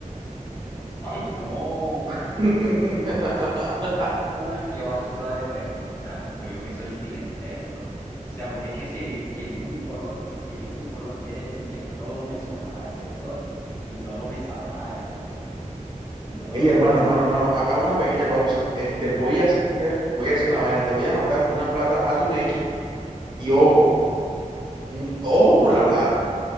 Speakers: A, on the left; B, on the right.
A: ¡Ay, no!
B: <laughs>
A: Uf, qué basura de pregunta, perro, yo que soy sinestésico. O sea, porque es que si, eli- si elijo un color, si elijo un color, quiere decir que todo me sonará ese color y todo me sabrá ese color y todo
B: Ey,
A: lo
B: hermano,
A: relacionaré.
B: hermano, hermano, a, a una pequeña pausa. Este, voy a hacer, voy a hacer una vaina, te voy a mandar una plata a tu Nequi y ojo, mm, ojo con la plata.